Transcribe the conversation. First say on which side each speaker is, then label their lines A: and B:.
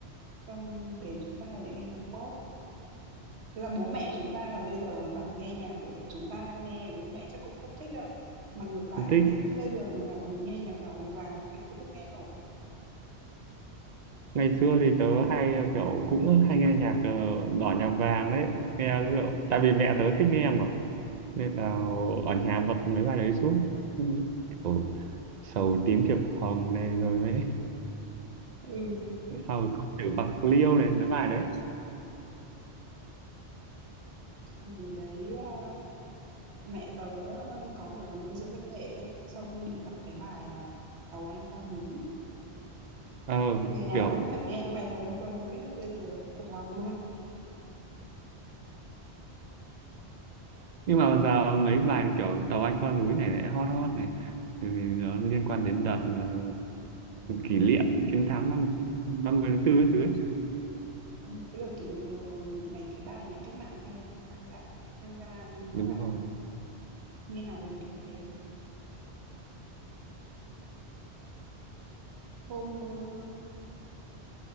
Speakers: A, on the right (about 70°); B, on the right (about 50°).
A: xong đến chúng ta thì nghe nhạc pop. Thật ra bố mẹ chúng ta mà bây giờ mà bảo nghe nhạc của chúng ta đang nghe bố mẹ chắc cũng không thích đâu. Mà ngược lại
B: Không
A: cũng
B: thích
A: thế, bây giờ mà bảo mình nghe nhạc đỏ, nhạc vàng mình cũng không nghe nổi ấy.
B: ngày xưa thì tớ hay ờ, kiểu cũng hay nghe nhạc ờ, đỏ nhạc vàng đấy nghe kiểu, tại vì mẹ tớ thích nghe mà nên là ở nhà bật mấy bài đấy suốt Ừ, kiểu sầu tím thiệp hồng này rồi mấy
A: Ừ,
B: <laughs> sau có chữ bạc liêu này mấy bài đấy
A: Hồi đấy, a, mẹ tớ ờ, có một lần đi diễn văn nghệ ấy, xong đi tập cái bài, à, "Tàu Anh Qua Núi", ấy.
B: ờ
A: ngày nào
B: kiểu
A: tôi cũng phải nghe cái bài "Tàu Anh Qua Núi" ấy, bây giờ thuộc lòng luôn. <laughs>
B: nhưng mà giờ mấy bài kiểu tàu Anh qua núi này lại hot hot này Thì nó liên quan đến đợt là kỷ niệm chiến thắng ba ba mươi tháng tư các thứ ấy.
A: Ừ, cái đợt kỷ niệm vừa rồi mấy cái bài nhà cách mạng hay mang ra mang ra hát
B: đúng
A: lại
B: rồi
A: mà, nghe hào hùng khí thế mà. Hôm, ơ,